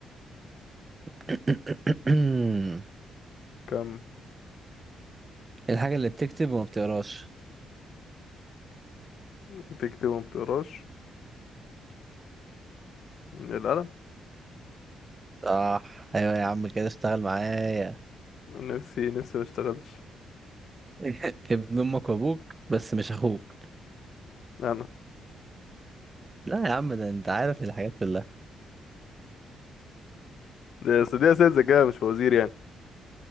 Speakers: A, on the right; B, on the left.
A: <clears throat>
B: كم
A: الحاجة اللي بتكتب وما بتقراش
B: بتكتب وما بتقراش القلم
A: صح ايوه يا عم كده اشتغل معايا
B: نفسي نفسي ما اشتغلش
A: <laughs> ابن امك وابوك بس مش اخوك
B: انا
A: لا يا عم ده انت عارف الحاجات كلها
B: دي أصل دي اساس ذكاء مش فوازير يعني